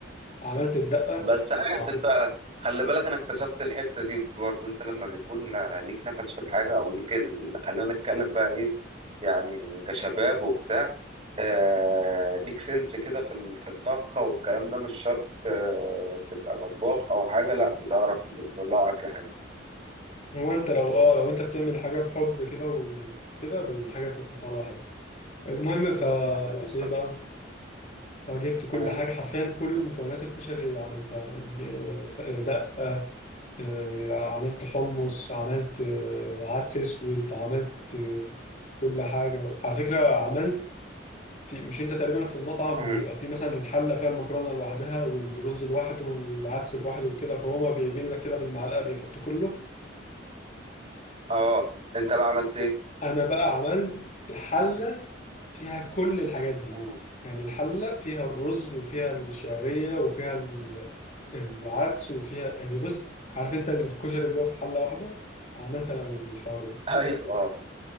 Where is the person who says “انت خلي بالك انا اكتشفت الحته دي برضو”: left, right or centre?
Right